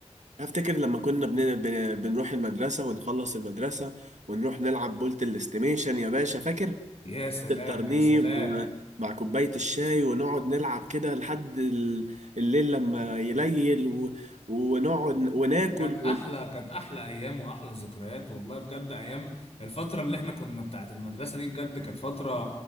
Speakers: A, on the right; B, on the left.
A: افتكر لما كنا بن... بن... بنروح المدرسة ونخلص المدرسة ونروح نلعب بولت الاستيميشن يا باشا فاكر
B: يا سلام
A: الترنيب
B: يا سلام
A: ومع كوباية الشاي ونقعد نلعب كده لحد ال- الليل لما يليل و... ونقعد وناكل
B: كانت أحلى كانت أحلى أيام وأحلى ذكريات والله بجد أيام الفترة اللي إحنا كنا بتاعت المدرسة دي بجد كانت فترة